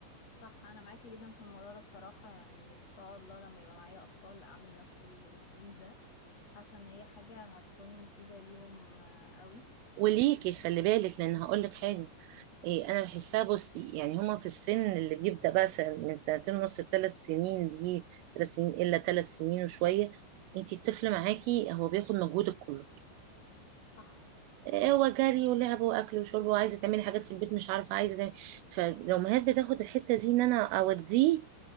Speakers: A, on the left; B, on the right.
A: صح انا معاكي جدا في الموضوع ده بصراحة يعني ان شاء الله لما يبقى معايا اطفال اعمل نفس اللي بتقوليه ده حاسة ان هي حاجة هتكون مفيدة ليهم آه، قوي
B: وليكي خلي بالك لان هقول لك حاجه إيه انا بحسها بصي يعني هما في السن اللي بيبدا بقى سن- من سنتين ونص لثلاث سنين دي ثلاث سنين الا ثلاث سنين وشويه انت الطفل معاكي هو بياخد مجهودك كله
A: صح
B: هو جري ولعب واكل وشرب وعايزه تعملي حاجات في البيت مش عارفه عايزه تعملي فالامهات بتاخد الحته دي ان انا اوديه